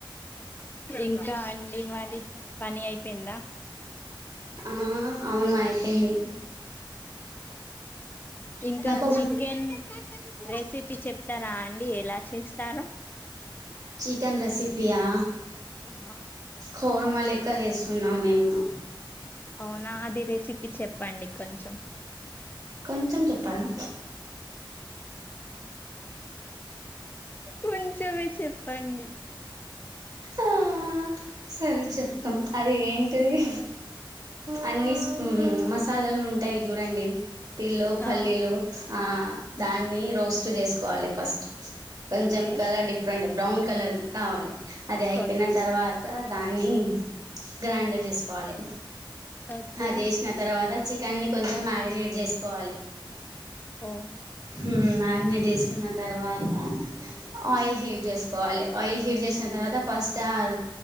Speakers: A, on the left; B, on the right.
A: ఇంకా అండి మరి పని అయిపోయిందా అ
B: ఆ అవును అయిపోయింది
A: ఇంకా
B: నాకోబల్
A: చికెన్ రెసిపీ చెప్తారా అండి ఎలా చేస్తారు
B: చికెన్ రెసిపి ఆ
A: ఆ
B: కుర్మ లెక్క చేస్తున్నాం మేము
A: అవునా అది రెసిపీ చెప్పండి కొంచెం
B: కొంచెం చెప్పాలా
A: కొంచమే చెప్పండి
B: ఆ సరే చెప్తాం అది ఏంటిది అన్ని మసాలాలు ఉంటాయి చూడండి తిల్లో పల్లీలు
A: ఆ
B: ఆ దాన్ని రోస్ట్ చేసుకోవాలి ఫస్ట్ కొంచెం
A: okay
B: colour different brown colour కావాలి అది అయిపోయిన
A: ఓకే.
B: తర్వాత దాన్ని గ్రైండర్ చేసుకోవాలి
A: ఓకే.
B: అది చేసిన తర్వాత అన్ని కొంచెం మ్యారినేట్ చేసుకోవాలి
A: ఓ
B: ఉమ్ మ్యారినేట్ వేసుకున్న తర్వాత ఆయిల్ హీట్ చేసుకోవాలి ఆయిల్ హీట్ చేసిన తర్వాత ఫస్ట్ ఆ